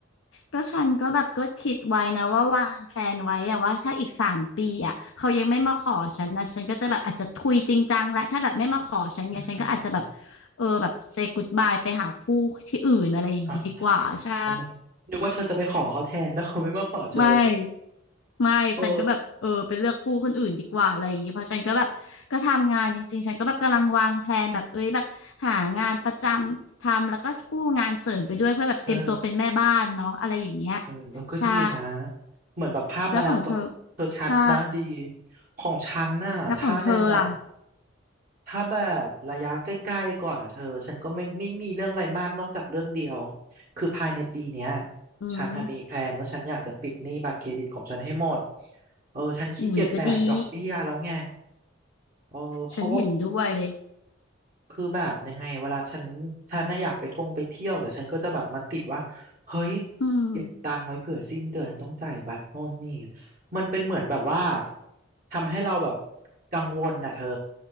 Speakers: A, on the left; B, on the right.
A: ก็ฉันก็แบบก็คิดไว้นะว่าวางแพลนไว้อะว่าถ้าอีกสามปีอะเขายังไม่มาขอฉันนะฉันก็จะแบบอาจจะทุยจริงจังและถ้าแบบไม่มาขอฉันเนี่ยฉันก็อาจจะแบบ
B: อืม
A: เออแบบเซ y ก o ดบายไปหาผู้ที่อื่นอะไรอย่างนี้ดีกว่าใช่
B: อ้าวแล้วนึกนึกว่าเธอจะไปขอเขาแทนแล้วเขาไม่มาขอเธอ
A: ไม่ไม่ฉันก็แบบเออไปเลือกผู้คนอื่นดีกว่าอะไรอย่างนี้เพราะฉันก็แบบก็ทำงานจริงๆฉันก็แบบกำลังวางแพลนแบบเอ้ยแบบหางานประจำทำแล้วก็คู่งานเสริมไปด้วยเพื่อแบบเตรียมตัวเป็นแม่บ้านเนาะอะไรอย่างเงี้ย
B: เออเออ เออเออก็ดีนะ
A: ใช่
B: เหมือนแบบภาพอนาคตเธอชัดนะดี
A: แล้วของเธอใช่
B: ของฉันน่ะถ้าในแบบ
A: แล้วของเธอล่ะ
B: ถ้าแบบระยะใกล้ๆก่อนอ่ะเธอ ฉันก็ไม่ไม่มีเรื่องอะไรมากนอกจากเรื่องเดียว คือภายในปีเนี้ย
A: อืม
B: ฉันน่ะมีแพลนว่าฉันอยากจะปิดหนี้บัตรเครดิตของฉันให้หมดเออฉันขี้เกียจแบกดอกเบี้ยแล้วไง
A: อุ๋ยก็ดี
B: เออเพราะว่า
A: ฉันเห็นด้วยเลย
B: คือแบบยังไงเวลาฉันฉันน่ะอยากไปท่องไปเที่ยวแต่ฉันก็จะแบบมาติดว่าเฮ้ย
A: อืม
B: เก็บตังค์ไว้เผื่อสิ้นเดือนต้องจ่ายบัตรโน่นนี่มันเป็นเหมือนแบบว่าทำให้เราแบบกังวลน่ะเธอ